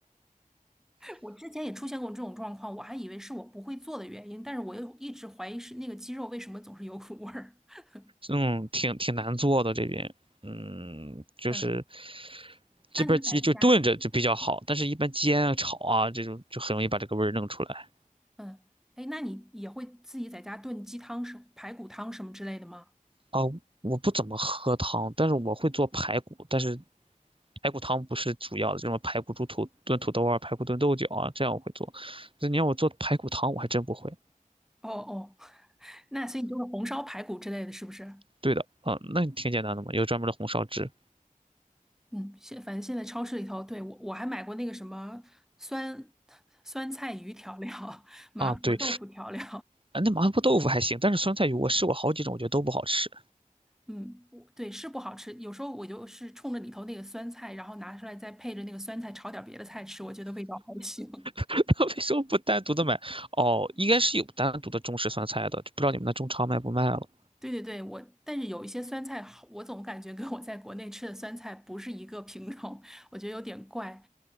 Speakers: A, in the centre; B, on the right.
A: 我之前也出现过这种状况，我还以为是我不会做的原因，但是我又一直怀疑是那个鸡肉为什么总是有股味儿。<laughs>
B: 嗯，挺挺难做的这边，嗯，就是
A: 嗯，
B: 这边鸡就炖着就比较好，
A: 那你在家，
B: 但是一般煎啊、炒啊这种就很容易把这个味儿弄出来。
A: 嗯，哎，那你也会自己在家炖鸡汤什、排骨汤什么之类的吗？
B: 啊，我不怎么喝汤，但是我会做排骨，但是排骨汤不是主要的，这种排骨煮土炖土豆啊、排骨炖豆角啊，这样我会做。那你让我做排骨汤，我还真不会。
A: 哦哦，<laughs> 那所以你就是红烧排骨之类的，是不是？
B: 对的，啊，那挺简单的嘛，有专门的红烧汁
A: 嗯，现反正现在超市里头，对，我我还买过那个什么酸酸菜鱼调料、<laughs> 麻婆豆腐调料。
B: 啊，对，啊那麻婆豆腐还行，但是酸菜鱼我试过好几种，我觉得都不好吃。
A: 嗯，我对是不好吃，有时候我就是冲着里头那个酸菜，然后拿出来再配着那个酸菜炒点别的菜吃，我觉得味道还行。<laughs>
B: <laughs> 为什么不单独的买？哦，应该是有单独的中式酸菜的，就不知道你们那中超卖不卖了。
A: 对对对，我但是有一些酸菜好，我总感觉跟我在国内吃的酸菜不是一个品种，我觉得有点怪。